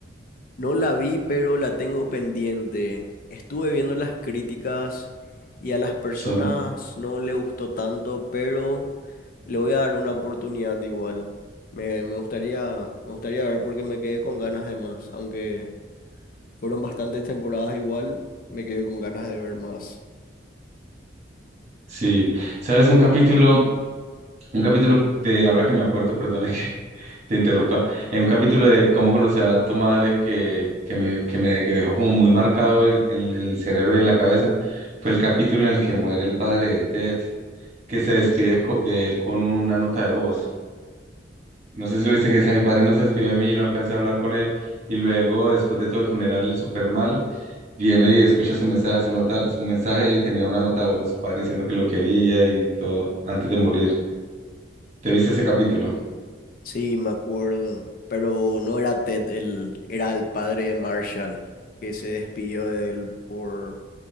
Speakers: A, on the left; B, on the right.
A: no la vi, pero la tengo pendiente. Estuve viendo las críticas y a las personas
B: Y son,
A: no le gustó tanto, pero le voy a dar una oportunidad igual. Me, me gustaría, me gustaría ver porque me quedé con ganas de más, aunque fueron bastantes temporadas igual, me quedé con ganas de ver más.
B: sí, ¿sabes? Un capítulo, un capítulo de, ahora que me acuerdo, perdona que <laughs> te interrumpa, en un capítulo de ¿Cómo conocí a tu madre? que, que me, que me que dejó como muy marcado el- en el, cerebro y en la cabeza, fue el capítulo en el que muere el padre de Ted, que se despide co- de él con una nota de voz. No sé si lo viste que decía, mi padre no se despidió de mí, no alcancé a hablar con él. Y luego, después de todo el funeral, el super mal, viene y escucha su mensaje, su nota, su mensaje y tenía una nota de voz de su padre diciendo que lo quería y todo, antes de morir. ¿Te viste ese capítulo?
A: Sí, me acuerdo, pero no era Ted, el, era el padre de Marshall, que se despidió de él por...